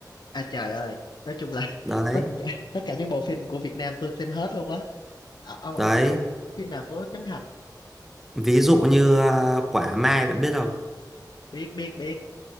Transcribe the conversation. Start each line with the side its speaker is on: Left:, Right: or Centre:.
Left: À trời ơi. Nói chung là <laughs>
Centre: Đấy.
Left: tất cả tất cả những bộ phim của Việt Nam tôi xem hết luôn á. À, ông
Centre: Đấy
Left: ông ông, ông phim nào của Trấn Thành?
Centre: Ví dụ như à, quả mai bạn biết không?
Left: biết biết biết